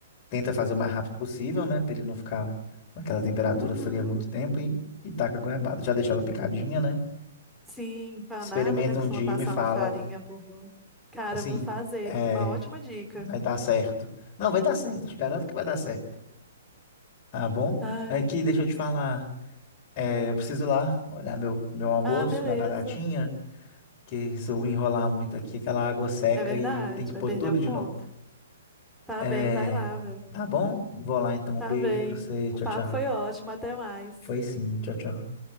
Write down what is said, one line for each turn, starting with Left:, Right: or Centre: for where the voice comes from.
Left: tenta fazer o mais rápido possível, né? Pra ele não ficar naquela temperatura
Centre: Uhum.
Left: fria muito tempo e, e taca a goiabada. Já deixa ela picadinha, né?
Centre: Sim, empanada,
Left: Experimenta
Centre: né? Costuma
Left: um dia
Centre: passar
Left: e me fala.
Centre: uma farinha por volta. Cara,
Left: Assim,
Centre: eu vou fazer.
Left: é.
Centre: Uma ótima dica.
Left: Vai dar certo. Não, vai dar certo. Te garanto que vai dar certo. Tá bom?
Centre: Ai.
Left: Mas aqui, deixa eu te falar. É, eu preciso ir lá olhar meu, meu almoço,
Centre: Ah, beleza.
Left: minha batatinha, que se eu enrolar muito aqui, aquela água seca
Centre: É verdade,
Left: e tem que
Centre: vai
Left: pôr
Centre: perder
Left: tudo
Centre: o ponto.
Left: de novo.
Centre: Tá
Left: É,
Centre: bem, vai lá, velho.
Left: tá bom? Vou lá então.
Centre: Tá
Left: Um beijo
Centre: bem.
Left: pra você.
Centre: O
Left: Tchau,
Centre: papo
Left: tchau.
Centre: foi ótimo, até mais.
Left: Foi sim. Tchau, tchau.